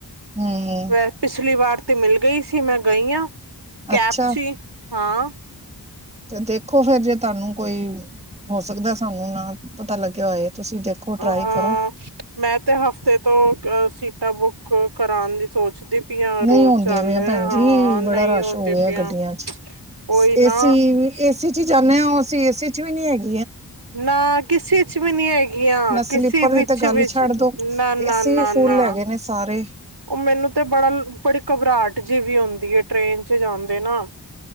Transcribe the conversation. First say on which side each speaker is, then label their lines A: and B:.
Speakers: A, on the right; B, on the right.
A: ਹੂੰ
B: ਮੈਂ ਪਿਛਲੀ ਵਾਰ ਤੇ ਮਿਲ ਗਈ ਸੀ ਮੈਂ ਗਈ ਹਾਂ ਕੈਪ
A: ਅੱਛਾ
B: ਚ ਹਾਂ
A: ਤੇ ਦੇਖੋ ਫੇਰ ਜੇ ਤੁਹਾਨੂੰ ਕੋਈ ਹੋ ਸਕਦਾ ਸਾਨੂੰ ਨਾ ਪਤਾ ਲੱਗਿਆ ਹੋਏ ਤੁਸੀਂ ਦੇਖੋ ਟਰਾਈ
B: ਹਾਂ
A: ਕਰੋ
B: ਮੈਂ ਤੇ ਹਫ਼ਤੇ ਤੋਂ ਅ ਸੀ ਟ ਬੁੱਕ ਕਰਾਉਣ ਦੀ ਸੋਚਦੀ ਪਈ ਆ
A: ਨਹੀਂ
B: ਰੋਜ਼
A: ਆਉਂਦੀਆਂ
B: ਜਾਂਦੇ
A: ਵੀਆ
B: ਨੇ
A: ਭੈਣ ਜੀ
B: ਹਾਂ ਨਹੀਂ
A: ਬੜਾ ਰਸ਼
B: ਹੁੰਦੀ
A: ਹੋ ਗਿਆ
B: ਪਈਆਂ
A: ਗੱਡੀਆਂ ਚ
B: ਉਹੀ ਨਾ
A: ਏਸੀ ਏਸੀ ਚ ਜਾਂਦੇ ਅਸੀਂ ਏਸੀ ਚ ਵੀ ਨਹੀਂੀ ਹੈਗੀ
B: ਨਾ ਕਿਸੇ ਚ ਵੀ ਨਹੀਂੀ ਹੈਗੀਆਂ
A: ਨਾ ਸਲੀਪਰ
B: ਕਿਸੇ ਵਿੱਚ
A: ਦੀ ਤਾਂ ਗੱਲ
B: ਵੀ
A: ਹੀ ਛੱਡ ਦੋ
B: ਨਾ ਨਾ
A: ਤੇ ਅਸੀਂ
B: ਨਾ
A: ਵੀ ਫੁੱਲ
B: ਨਾ
A: ਹੈਗੇ ਨੇ ਸਾਰੇ
B: ਉਹ ਮੈਨੂੰ ਤੇ ਬੜਾ ਬੜੀ ਘਬਰਾਹਟ ਜਿ ਵੀ ਹੁੰਦੀ ਹੈ ਟ੍ਰੇਨ ਚ ਜਾਂਦੇ ਨਾ